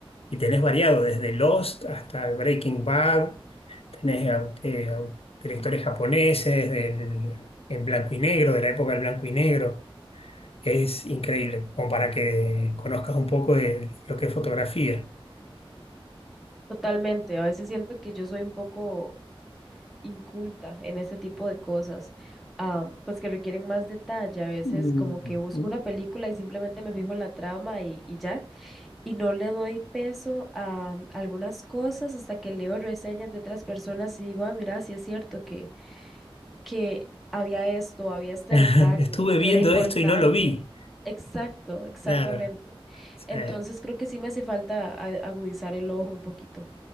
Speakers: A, on the left; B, in the centre.
A: y tenés variado desde Lost hasta Breaking Bad, tenés au- eh, au- directores japoneses del, en blanco y negro, de la época del blanco y negro. Es increíble, como para que conozcas un poco de lo que es fotografía.
B: Totalmente, a veces siento que yo soy un poco inculta en ese tipo de cosas, ah, pues que requieren más detalle. A veces
A: Mm.
B: como que busco una película y simplemente me fijo en la trama y, y ya, y no le doy peso a mm, algunas cosas hasta que leo reseñas de otras personas y digo, ah, mira, sí es cierto que, que había esto, había
A: <laughs>
B: este
A: Estuve
B: detalle,
A: viendo
B: que era importante.
A: esto y no lo vi.
B: Exacto, exactamente.
A: Claro. Sí.
B: Entonces creo que sí me hace falta a- agudizar el ojo un poquito.